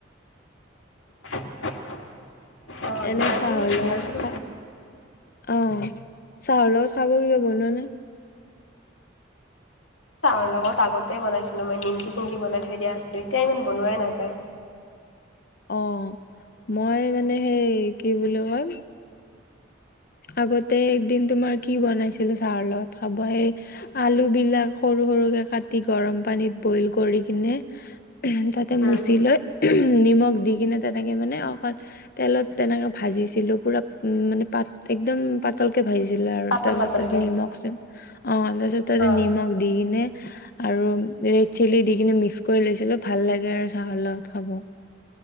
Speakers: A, on the left; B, on the left.
A: <unintelligible>
B: এনে
A: বিয়াৰ
B: চাহৰ লগত
A: বিয়াৰ মানে
B: খা অহ চাহৰ লগৰ খাব কিবা বনোৱা নে।
A: চাহৰ লগত আগতেই বনাইছিলো মই নিমকি চিমকি বনাই থৈ দিয়া আছিলে এতিয়া ইমান বনোৱাই নাযায়।
B: অ মই মানে সেই কি বুলি কয়। আগতে এদিন তোমাৰ কি বনাইছিলো চাহৰ লগত খাবহে আলু বিলাক সৰু সৰুকে কাটি গৰম পানীত বইল কৰি কিনে তাতে
A: উম
B: মচি লৈ নিমখ দি কিনে তেনেকে মানে অকল তেলত তেনেকে ভাজিছিলো পুৰা উ মানে পাত একদম পাতলকে ভাজিছিলে আৰু
A: পাতল
B: তাৰ পিছত
A: পাতলকে
B: তাতে নিমখ চছম অ তাৰপিছত তাতে
A: অঁ
B: নিমখ দি দি কিনে আৰু ৰেড চিলি দি কিনে মিক্স কৰি লৈছিলো ভাল লাগে আৰু চাহৰ লগত খাব